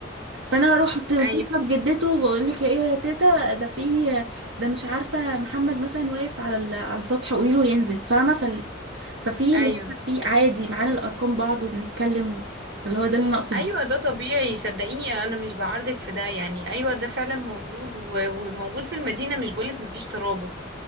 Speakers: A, on the right; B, on the right.
A: فانا هروح ت- اتصل
B: ايوه
A: بجدته وبقول لك يا ايه يا تيتا ده في ده مش عارفه محمد مثلا واقف على ال- على السطح قولي له ينزل فاهمه فال ففي
B: ايوه
A: اللي هو في عادي معانا الارقام بعض وبنتكلم و- فاللي هو ده اللي انا اقصده
B: ايوه ده طبيعي صدقيني انا مش بعارضك في ده يعني ايوه ده فعلا موجود و- وموجود في المدينه مش بقولك مفيش ترابط